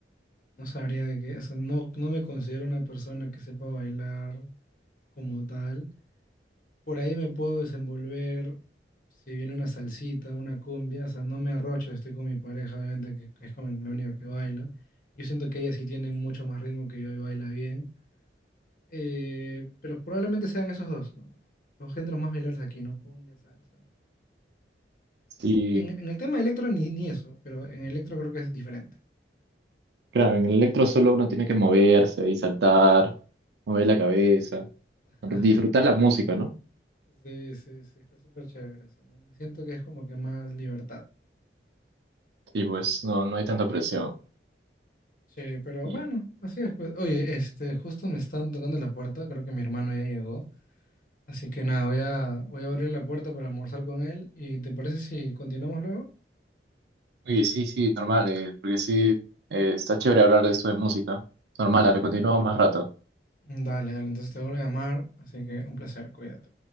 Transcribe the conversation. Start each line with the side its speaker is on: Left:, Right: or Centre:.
Left: no sabría que, o sea, no, no me considero una persona que sepa bailar como tal. Por ahí me puedo desenvolver si viene una salsita, una cumbia, o sea, no me arrocho, estoy con mi pareja, obviamente, que que es con la única que baila. Yo siento que ella sí tiene mucho más ritmo que yo y baila bien. Eh, pero probablemente sean esos dos, ¿no? Los géneros más bailables aquí, ¿no? Cumbia, salsa.
Right: Sí,
Left: En, en el tema de electro ni, ni eso, pero en electro creo que es diferente.
Right: claro, en el electro solo uno tiene que moverse y saltar, mover la cabeza. disfrutar
Left: Ajá.
Right: la música, ¿no?
Left: Sí, sí, sí, está súper chévere eso, ¿no? Me Siento que es como que más libertad.
Right: Y pues no, no hay tanta presión.
Left: Sí, pero
Right: Y,
Left: bueno, así es pues. Oye, este, justo me están tocando la puerta, creo que mi hermano ya llegó. Así que nada, voy a, voy a abrir la puerta para almorzar con él. ¿Y te parece si continuamos luego?
Right: oye, sí, sí, normal, eh, porque sí, eh, está chévere hablar de esto de música. Normal, dale, continuamos más rato.
Left: Dale, dale, entonces te vuelvo a llamar, así que un placer, cuídate.